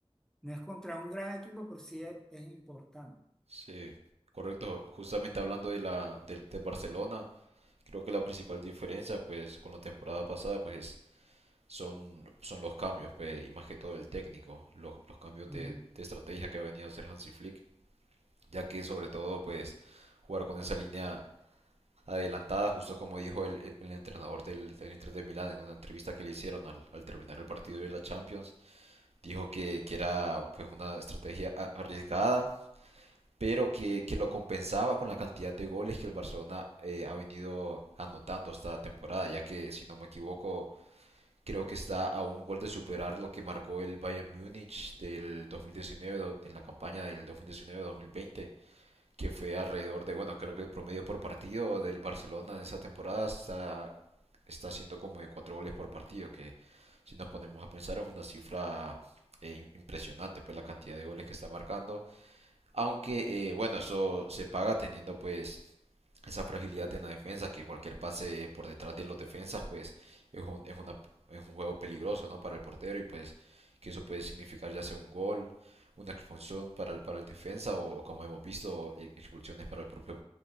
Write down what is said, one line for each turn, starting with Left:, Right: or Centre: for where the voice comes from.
Centre: no es contra un gran equipo, pero sí es, es importante.
Right: sí, correcto. Justamente hablando de la, del de Barcelona, creo que la principal diferencia, pues, con la temporada pasada, pues, son, son los cambios, pues, y más que todo el técnico, los, los cambios
Centre: Ujú.
Right: de, de estrategia que ha venido a hacer Hansi Flick, ya que sobre todo, pues, jugar con esa línea adelantada, justo como dijo el, el- el entrenador del, del Inter de Milán en una entrevista que le hicieron al, al terminar el partido de la Champions. Dijo que, que era pues una estrategia a- arriesgada, pero que, que lo compensaba con la cantidad de goles que el Barcelona eh, ha venido anotando esta temporada, ya que si no me equivoco, creo que está a un gol de superar lo que marcó el Bayern Múnich del 2019 do- en la campaña del 2019-2020 que fue alrededor de, bueno, creo que el promedio por partido del Barcelona en esa temporada está, está siendo como de 4 goles por partido, que si nos ponemos a pensar es una cifra eh, impresionante, pues la cantidad de goles que está marcando. Aunque, eh, bueno, eso se paga teniendo pues esa fragilidad en la defensa, que cualquier pase por detrás de los defensas, pues es un, es una, es un juego peligroso, ¿no? Para el portero y pues que eso puede significar ya sea un gol, una expulsión para el, para el defensa o como hemos visto e- expulsiones para el propio